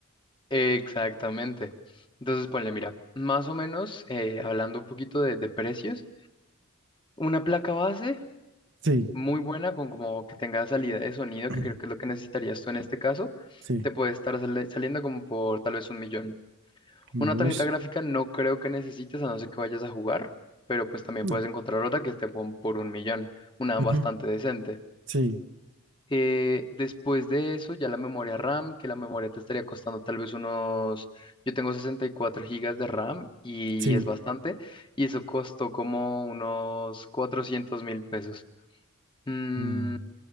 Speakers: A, on the left (about 20°); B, on the right (about 55°).
A: Exactamente. Entonces, ponle, mira, más o menos, eh, hablando un poquito de de precios. Una placa base
B: Sí,
A: muy buena, con como que tenga salida de sonido,
B: <clears throat>
A: que creo que es lo que necesitarías tú en este caso,
B: sí.
A: te puede estar sali- saliendo como por tal vez un millón.
B: Uy,
A: Una tarjeta gráfica no creo que necesites, a no ser que vayas a jugar, pero pues también
B: no.
A: puedes encontrar otra que esté pon- por un millón, una
B: Ujú,
A: bastante decente.
B: Sí,
A: Eh, después de eso, ya la memoria RAM, que la memoria te estaría costando tal vez unos, yo tengo 64 gigas de RAM y,
B: sí.
A: y es bastante, y eso costó como unos cuatrocientos mil pesos. Mm,
B: Mm,